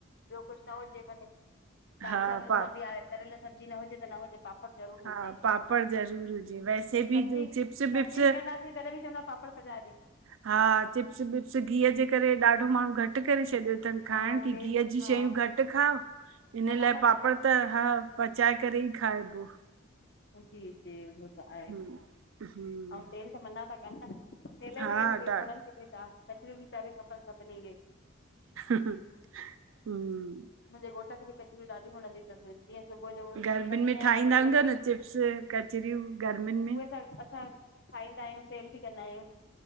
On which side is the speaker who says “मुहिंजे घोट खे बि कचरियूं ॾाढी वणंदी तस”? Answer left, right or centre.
Left